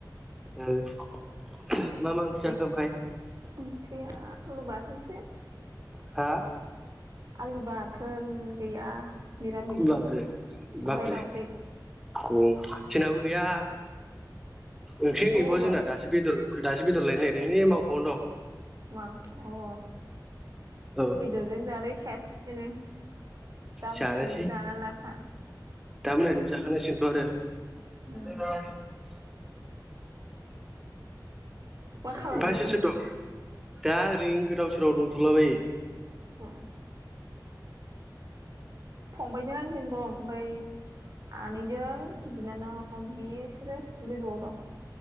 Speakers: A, in the centre; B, on the right (about 50°).
A: <unintelligible> मा मा ओंख्रि जाखो
B: ए
A: ओमफ्राय
B: ओंख्रिया ओ बा थोनसो
A: हा
B: आलु बाथोन गैया मिरामिस
A: बाब्रे
B: ओमफ्राय
A: बाब्रे
B: दाउदै
A: उम जोंनाबो गैया ओंख्रि
B: ए
A: गैबावा
B: अबाव दं
A: जोंना दासो बेदर दासो बेदर लायनो नायदों ऐ मावख'आवनो दं
B: मा अ
A: दं औ
B: बेदरजों जादो खेब सेनो दा
A: जानोसै
B: मोनानिबो जाना लाखा
A: दा मोनानिबो जाखानांसिगोनथ' आरो
B: उम
A: <inaudible>
B: मा खालामगासिनो
A: ओमफ्राय सोर सोर दं दा ओरैनो गोदाव सो <unintelligible> दंथ'लाबायो।
B: हो फंबायजों आंजों दं ओमफ्राय आनैजों बिनानाव बिसोरो गोजौआव दं।